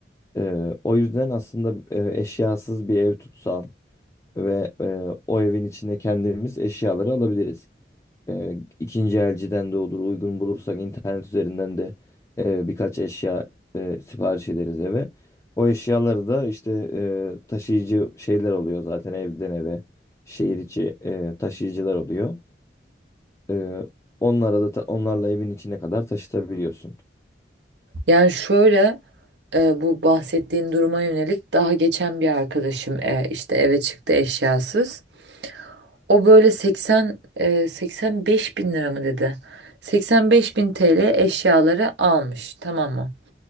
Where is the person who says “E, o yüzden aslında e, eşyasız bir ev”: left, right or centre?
Left